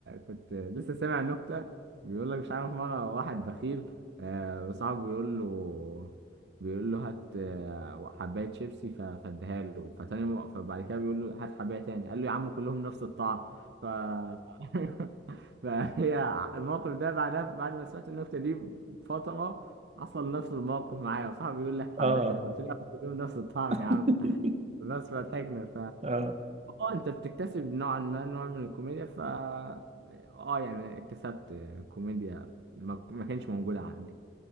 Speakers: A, on the right; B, on the right.
A: كنت لسه سامع نكتة بيقول لك مش عارف مرة واحد بخيل آه، صاحبه بيقول له بيقول له هات آه، حباية شيبسي ف- فاديها له فتاني م- فبعد كده بيقول له هات حباية تاني قال له يا عم كلهم نفس الطعم ف <laughs> فهي الموقف ده بعدها بعد ما سمعت النكتة دي بفترة حصل نفس الموقف معايا وصاحبي بيقول لي هات حباية
B: آه
A: تاني فقلت له يا عم كلهم نفس الطعم
B: <laughs>
A: يا عم بس فضحكنا
B: آه
A: اه انت بتكتسب نوعا ما نوع من الكوميديا فا اه يعني اكتسبت كوميديا ما, ما كانش موجودة عندي